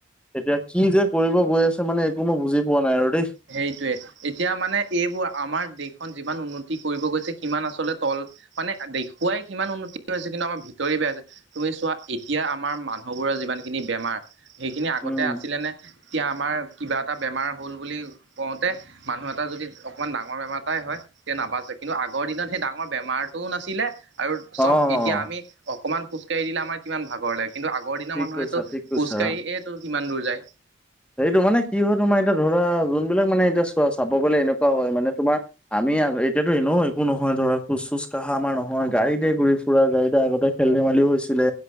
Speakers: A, in the centre; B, on the right.
A: এতিয়া কি যে কৰিব গৈ আছে মানে একো মই বুজি পোৱা নাই আৰু দেই।
B: সেইটোয়ে, এতিয়া মানে এইবোৰ আমাৰ দেশখন যিমান উন্নত কি কৰিব গৈছে সিমান আচলতে তল মানে দেখুৱাই সিমান উন্নতি হৈছে, কিন্তু আমাৰ ভিতৰি বেয়া হৈছে চোৱা এতিয়া আমাৰ মানুহবোৰৰ যিমান খিনি বেমাৰ সেইখিনি আগতে
A: উম,
B: আছিলেনে? এতিয়া আমাৰ কিবা এটা বেমাৰ হ'ল বুলি কওঁতে মানুহ এটা যদি অকমান ডাঙৰ বেমাৰ এটাই হয় তেতিয়া নাবাজে, কিন্তু আগৰ দিনত সেই ডাঙৰ বেমাৰ আৰটো নাছিলে আৰু
A: অ'।
B: চব এতিয়া আমি অকমান খোজকাঢ়ি দিলে আমাৰ কিমান ভাগৰ লা কিন্তু আগৰ দিনৰ
A: ঠিক
B: মানুহেটো
A: কৈছা, ঠিক কৈছা।
B: খোজ কাঢ়িয়েটো কিমান দূৰ যায়।
A: সেইটো মানে কি হয়, তোমাৰ এতিয়া ধৰা যোনবিলাক মানে এতিয়া চোৱা চাব গলে এনেকুৱা হয় মানে তোমাৰ আমি মি এতিয়াতো এনেও একো নহয় ধৰা, খোজ চুজ কঢ়া আমাৰ নহয় গাড়ীতে ঘুৰি -ফুৰা গাড়ীতে আগতে খেল-ধেমা লীও হৈছিলে,